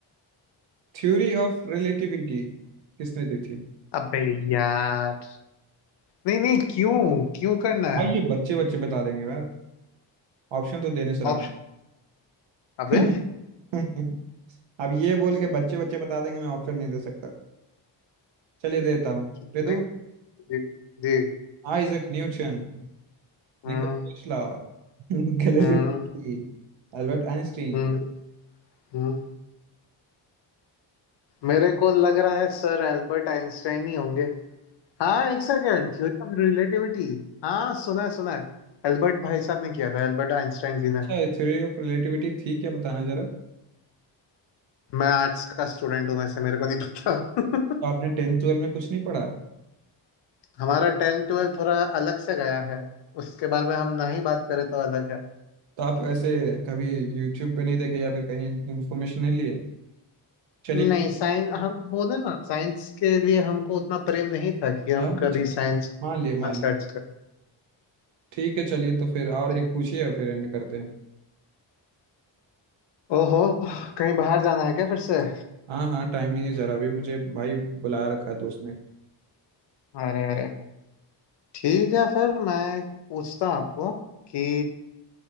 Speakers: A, on the right (about 70°); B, on the left (about 60°).
A: थ्योरी ऑफ रिलेटिविटी किसने दी थी
B: अबे यार नहीं नहीं क्यों क्यों करना है
A: भाई ये बच्चे बच्चे बता देंगे यार ऑप्शन तो देने से राम
B: ऑप्शन अबे
A: <laughs> अब ये बोल के बच्चे बच्चे बता देंगे मैं ऑप्शन नहीं दे सकता चलिए देता हूँ
B: कितने
A: दे दूँ
B: जी जी
A: Isaac Newton
B: हम्म
A: Nikola Tesla <laughs> Galileo
B: हम्म
A: Galilei, Albert Einstein
B: हम्म
A: <laughs>
B: हम्म। मेरे को लग रहा है सर एल्बर्ट आइंस्टाइन ही होंगे हाँ एक सेकेंड थ्योरी ऑफ रिलेटिविटी हाँ सुना है सुना है एल्बर्ट भाई साहब ने किया था एल्बर्ट आइंस्टाइन जी ने
A: अच्छा थ्योरी ऑफ रिलेटिविटी थी क्या बताना जरा तो
B: मैं आर्ट्स का स्टूडेंट हूँ वैसे मेरे को नहीं पता <laughs>
A: आपने टेंथ ट्वेल्व में कुछ नहीं पढ़ा
B: हमारा टेन ट्वेल्व थोड़ा अलग से गया है उसके बारे में हम ना ही बात करें तो अलग है
A: तो आप ऐसे कभी यूट्यूब पे नहीं देखे या फिर कहीं इन्फॉर्मेशन नहीं लिए चलिए
B: नहीं साइंस हम बोले ना साइंस के लिए हमको उतना प्रेम नहीं था कि हम
A: हाँ,
B: कभी
A: चल-
B: साइंस
A: मान लिए मान लिए
B: सर्च करें
A: ठीक है चलिए तो फिर और एक पूछिए और फिर एंड करते हैं
B: ओहो कहीं बाहर जाना है क्या फिर से
A: हाँ हाँ टाइम नहीं है जरा भी मुझे भाई बुलाया रखा है दोस्त ने
B: अरे अरे ठीक है फिर मैं पूछता हूँ आपको कि